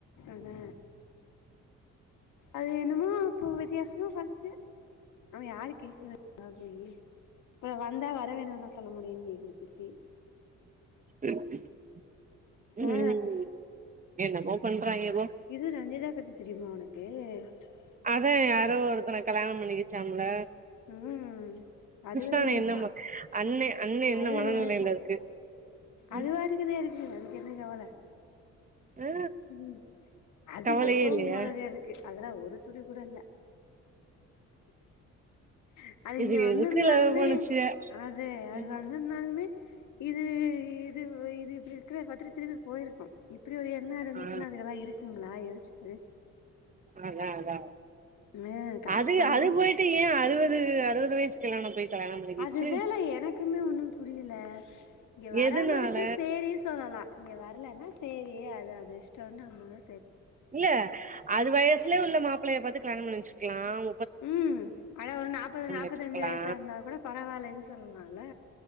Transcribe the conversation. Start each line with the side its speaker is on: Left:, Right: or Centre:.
Left: அதா அது என்னமோ இப்ப வித்தியாசமா பண்ணுது நம்ம யாரு கேக்குது அ போயி அப்போ வந்தா வர வேணானா சொல் சொல்ல முடியு கேக்குது சித்தி
Right: <inaudible> ம்
Left: அ
Right: என்னமோ பண்றாய்ங்கபோ
Left: இது ரஞ்சிதா பத்தி தெரியுமா உனக் <unintelligible>
Right: அதா யாரோ ஒருத்தன கல்யாண பண்ணிக்கிச்சாம்ல
Left: உம் அறுவது
Right: கிருஷ்ணாண்ண
Left: வயசா
Right: என்னமா அண்ணே அண்ணே என்ன
Left: அறுவது
Right: மனநிலையில
Left: வயசா
Right: இருக்கு ம்
Left: அது வாட்டுகுதா இருக்கு என்ன கவல
Right: ஆ
Left: உம் அது
Right: கவலையே
Left: எப்பவு
Right: இல்லையா
Left: போலதா இருக்கு அதல ஒரு துளி கூட இல்ல <inaudible> அது இங்க
Right: இது
Left: வந்திருந்தாலுமே
Right: எதுக்கு லவ் பண்ணுச்சுக
Left: அது அது
Right: ம்
Left: வந்திருந்தாலுமே இது இது இது இப்படி இருக்கிற பாத்துட்டு திரும்பி போயிருக்கூ இப்டி ஒரு எண்ணோ இருந்துச்சுனா
Right: ஆ
Left: அதுல்லா இருக் ட்ருவிங்களா யோசிச்சு பாரு
Right: அதா அதா
Left: மே காசு
Right: அது
Left: பணந்தா
Right: அது போயிட்டு ஏ அறுவது அறுவது வயசு <unintelligible> பண்ணிக்கிச்சு
Left: அதுதன எனக்குமே ஒண்ணும் புரிய ல இங்க வராம
Right: எதுனால
Left: இருக்கு சேரி சொல்லலா இங்க வர்லனா சேரி அது அது இஷ்டனு நம்ம
Right: இல்ல அது வயசுலே உள்ள மாப்பிள்ளையை பாத்து கல்யாணம் பண்ண வச்சு க்லாம்
Left: உம் அடா ஒரு நாப்பது நாப்பத்துஅஞ்சு
Right: வச்சிருக்கலா
Left: வயசா இருந்தா கூட பரவால்லன்னு சொல்லலால